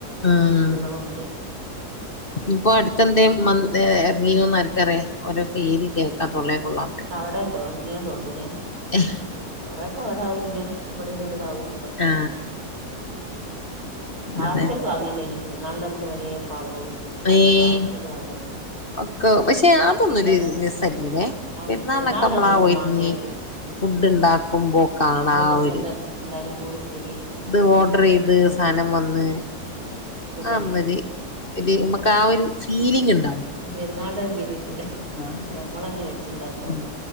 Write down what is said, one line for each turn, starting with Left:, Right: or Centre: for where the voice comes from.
Left: ഉം
Right: ഫുഡുകളും ണ്ട്
Left: ഇപ്പൊ അടുത്തെന്തെ മ എറങ്ങീനോ ആര്ക്കറിയ ഓരോ പേര് കേക്കാ തോള്ളേ കൊള്ളാത്ത
Right: അവടെ തോ ങ്ങിയാ തോണ്ടു ലെ
Left: <unintelligible>
Right: കൊറെക്കെ അവടെ ആകും പിന്നെ ഇവടീ ഇങ്ങട്ട്താവും
Left: ആ
Right: പാർസൽ
Left: അതന്നെ
Right: വാങ്ങല്ലേ അയിന് പെരുന്നാൾൻ്റെന്ന് വരെ ഇപ്പ ആളുകള്
Left: ഏഹ്
Right: പാർസൽ വാങ്ങല്ലേ
Left: ഒക്കെ പക്ഷെ
Right: വെച്ചുണ്ട
Left: അതൊന്നും ഒരു രസല്ല്യലെ
Right: അതന്നെ
Left: പെരുന്നാള്ന്
Right: പെരുന്നാളിന്റെ
Left: ഒക്കെ അമ്മളാ
Right: അന്നൊന്നും
Left: ഒരുങ്ങി
Right: വാങ്ങരുത് ഉം
Left: ഫുഡ് ണ്ടാക്കുമ്പോ കാണ
Right: ഒരു രസം
Left: ഒര്
Right: തന്നെ എല്ലാരും കൂടി കൂടി
Left: ഇത്
Right: ഉണ്ടാക്കലും
Left: ഓർഡർയ്ത്
Right: തിന്നലും
Left: സാനം വന്ന്
Right: ഉം സുഖല്യ
Left: അ ഒന്നൊര് ഇത് അമ്മക്ക് ആ ഒരു ഫീലിംഗ് ണ്ട
Right: ഉം പെരുന്നാള്ൻ്റെ ഒരു ഫീലിട്ടൂല
Left: അതെ
Right: ഞമ്മളന്നെ വെച്ചിണ്ടാക്കണം
Left: ഉം